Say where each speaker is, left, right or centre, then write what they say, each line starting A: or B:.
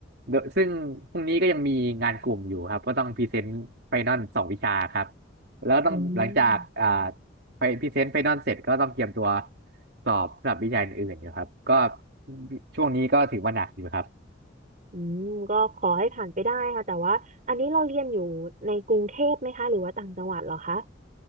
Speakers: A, on the right; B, on the right.
A: โดยซึ่งพรุ่งนี้ก็ยังมีงานกลุ่มอยู่ครับก็ต้องพรีเซนต์ไฟนอลสองวิชาครับแล้วต้องหลังจากอ่า
B: อืม
A: ไปพรีเซนต์ไฟนอลเสร็จก็ต้องเตรียมตัวสอบสำหรับวิชาอื่นๆอยู่ครับก็ช่วงนี้ก็ถือว่าหนักอยู่ครับ
B: อืมก็ขอให้ผ่านไปได้ค่ะแต่ว่าอันนี้เราเรียนอยู่ในกรุงเทพไหมคะหรือว่าต่างจังหวัดเหรอคะ